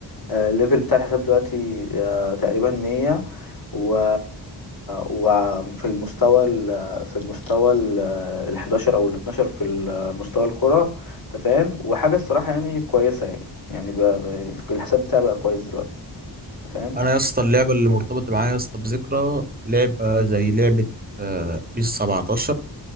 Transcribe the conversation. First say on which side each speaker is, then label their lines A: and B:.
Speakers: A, on the left; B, on the right.
A: آه، الليفل بتاع الحساب دلوقتي آه، تقريبا مية و... وفي المستوى ال... في المستوى ال ال 11 او ال 12 في ال- آه، مستوى الكرة انت فاهم وحاجة الصراحة يعني كويسة يعني يعني بقى آه، الحساب بتاعي بقى كويس دلوقتي انت فاهم
B: انا يا اسطى اللعبه اللي مرتبطه معايا يا اسطى بذكرى لعبه زي لعبه آه، بيس 17